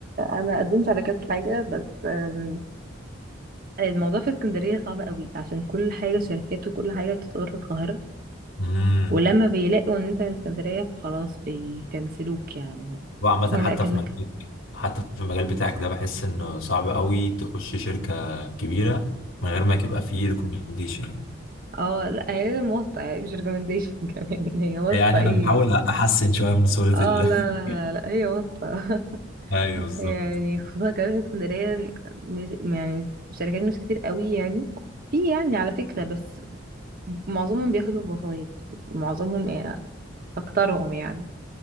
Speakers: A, on the right; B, on the left.
A: انا قدمت على كذا حاجه بس آم، الموضوع في اسكندريه صعب قوي عشان كل حاجه شركات وكل حاجه بتتطور في القاهره
B: امم
A: ولما بيلاقوا ان انت من اسكندريه فخلاص بيكنسلوك يعني
B: وعامة
A: <laughs> ولكنك
B: حتى في مجال حتى في المجال بتاعك ده بحس إنه صعب قوي تخش شركة كبيرة من غير ما يبقى فيه ريكومنديشن يعني
A: اه لا هي واسطه يعني مش ريكومنديشن <laughs> كمان هي واسطه
B: يعني
A: ايه
B: أنا بحاول
A: يعني
B: أحسن شوية من صورة
A: اه
B: ال
A: لا لا
B: <laughs>
A: لا لا هي واسطه <laughs>
B: أيوه بالظبط
A: يعني خصوصا كمان في اسكندريه مش يعني الشركات مش كتير قوي يعني في يعني على فكره بس معظمهم بياخدوا بوسايط معظمهم يعني اكترهم يعني